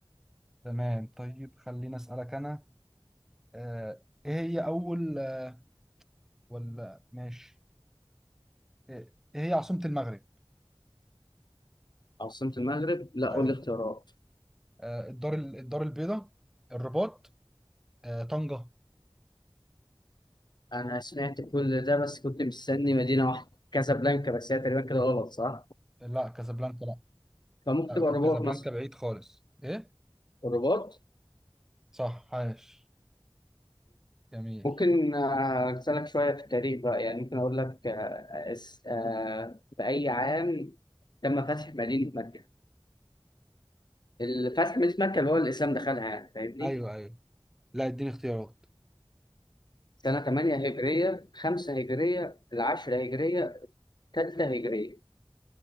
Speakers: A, in the centre; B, on the left (about 50°).
A: تمام طيب خليني اسالك انا آه، ايه هي اول آه، ولا ماشي ايه إيه هي عاصمة المغرب
B: عاصمة المغرب لا
A: ايوه
B: قول لي اختيارات
A: آه، الدار ال- الدار البيضاء الرباط آه، طنجة
B: انا سمعت كل ده بس كنت مستني مدينه واحده كازابلانكا بس هي تقريبا كده غلط صح
A: لا كازابلانكا لا
B: فممكن
A: آه،
B: تبقى
A: ك-
B: الرباط
A: كازابلانكا
B: مثلا
A: بعيد خالص ايه
B: الرباط
A: صح عاش جميل
B: ممكن آه، اسالك شويه في التاريخ بقى يعني ممكن اقول لك آه، أس- آه، باي عام تم فتح مدينه مكه الفتح مدينه مكه اللي هو الاسلام دخلها يعني فاهمني
A: ايوه ايوه لا اديني اختيارات
B: سنه 8 هجريه 5 هجريه 10 هجريه 3 هجريه